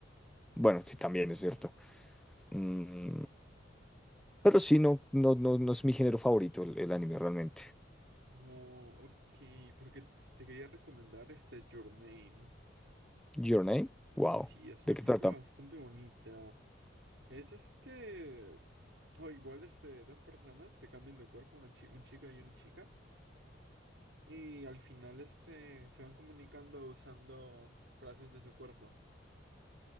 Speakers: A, in the centre; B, on the right.
A: bueno, sí, también es cierto. Mm, pero sí, no, no, no, no es mi género favorito el, el anime realmente.
B: No, ok, porque te quería recomendar este Your Name.
A: Your Name, wow,
B: Sí, es
A: ¿de
B: una
A: qué
B: película
A: trata?
B: bastante bonita. Es este, o igual este, dos personas que cambian de cuerpo, una chi- un chico y una chica, y al final este, se van comunicando usando frases de su cuerpo.